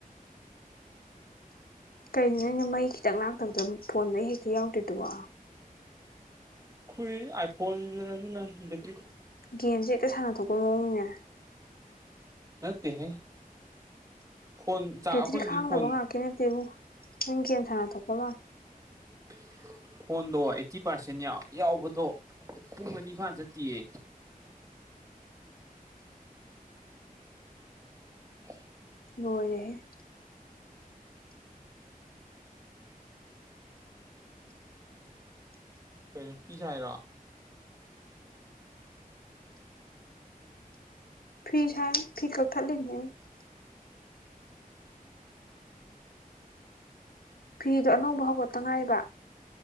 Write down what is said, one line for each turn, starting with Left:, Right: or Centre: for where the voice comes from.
Left: ꯀꯩꯅꯣ ꯅꯣꯏꯅ ꯃꯩ ꯈꯤꯇꯪ ꯂꯥꯛꯇꯕꯗ ꯐꯣꯟ ꯃꯩ ꯍꯦꯛꯇ ꯌꯥꯎꯗ꯭ꯔꯤꯗꯨꯕꯣ
Right: ꯈꯨꯏ ꯑꯥꯏꯐꯣꯟꯅꯤꯗꯅ ꯑꯗꯨꯅ ꯕꯤꯠ
Left: ꯒꯦꯝꯖꯦ ꯍꯦꯛꯇ ꯁꯥꯟꯅ ꯊꯣꯛꯄꯩ ꯃꯑꯣꯡꯅꯤꯅꯦ
Right: ꯅꯠꯇꯦꯍꯦ ꯐꯣꯟ ꯆꯥ
Left: ꯕꯦꯇ꯭ꯔꯤ
Right: ꯑꯩꯈꯣꯏꯗꯤ
Left: ꯈꯥꯡꯗꯕ
Right: ꯐꯣꯟ
Left: ꯉꯥꯛꯀꯤ ꯅꯠꯇꯦꯕꯨ ꯅꯪ ꯒꯦꯝ ꯁꯥꯟꯅ ꯊꯣꯛꯄ ꯃꯥꯟ
Right: <inaudible> ꯐꯣꯟꯗꯣ ꯑꯩꯠꯇꯤ ꯄꯥꯔꯁꯦꯟ <unintelligible> ꯌꯥꯎꯕꯗꯣ ꯄꯨꯡ ꯑꯅꯤꯐꯥꯟ ꯆꯠꯇꯤꯌꯦ <inaudible>
Left: ꯂꯣꯏꯔꯦꯍꯦ
Right: ꯀꯩꯅꯣ ꯀꯤ ꯁꯥꯏꯔꯣ
Left: ꯐꯤ ꯁꯥꯏ ꯐꯤ ꯀꯛꯊꯠꯂꯤꯅꯦ ꯑꯩꯅ ꯐꯤꯗꯣ ꯑꯅꯧꯕ ꯍꯧꯒꯠꯇ ꯉꯥꯏꯕ